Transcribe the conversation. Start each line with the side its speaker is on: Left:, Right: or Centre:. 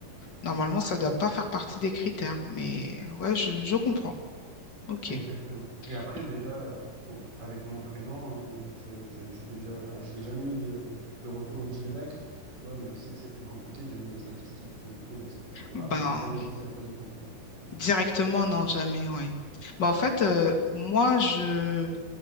Left: Normalement, ça ne doit pas faire partie des critères, mais ouais, je, je comprends. Ok.
Right: Exactement.
Left: Et-
Right: Et après, déjà, euh, bon, avec mon prénom, euh, c'est- je, j'ai déjà, ah, je n'ai jamais eu de, de retour direct, tu vois, mais je sais que c'est plus compliqué. J'ai vu des statistiques qui le prouvent, etc.
Left: Ben,
Right: Mais on m'a jamais dit c'est à cause de ton prénom.
Left: directement, non, jamais, oui. Ben, en fait, euh, moi, je